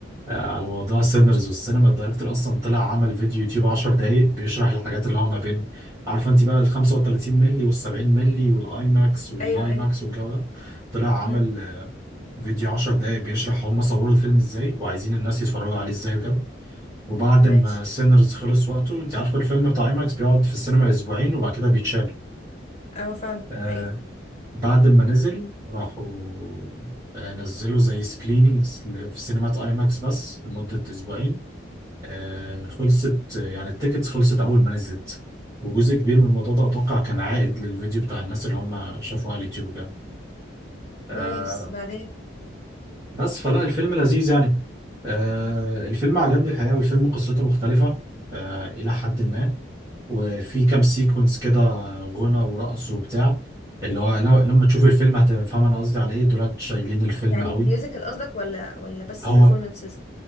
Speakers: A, on the right (about 15°); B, on the left (about 35°).
A: آه، على موضوع سينرز والسينما الدايركتور اصلا طلع عمل فيديو يوتيوب 10 دقايق بيشرح الحاجات اللي هو ما بين عارفه انت بقى ال 35 مللي وال 70 مللي والاي ماكس والاي
B: ايوه ايوه
A: ماكس والجو ده طلع عمل
B: امم
A: آه، فيديو 10 دقايق بيشرح هم صوروا الفيلم ازاي وعايزين الناس يتفرجوا عليه ازاي وكده وبعد
B: ماشي
A: ما سينرز خلص وقته انت عارفه الفيلم بتاع اي ماكس بيقعد في السينما اسبوعين وبعد كده بيتشال
B: اه فعلا
A: آه
B: حقيقي
A: بعد ما نزل راحوا آه نزلوا زي سكرينينجز في سينمات اي ماكس بس لمدة اسبوعين آه خلصت يعني التيكتس خلصت اول ما نزلت وجزء كبير من الموضوع ده اتوقع كان عائد للفيديو بتاع الناس اللي هم شافوه على اليوتيوب كده آه
B: نايس بعدين
A: بس فلا الفيلم لذيذ يعني آه الفيلم عجبني الحقيقة والفيلم قصته مختلفة آه إلى حد ما وفي كام سيكونس كده غنى ورقص وبتاع اللي هو لو- لما تشوف الفيلم هتفهم انا قصدي على ايه دولت شايلين الفيلم
B: يعني
A: قوي
B: ميوزيكال قصدك ولا ولا بس
A: هو
B: performances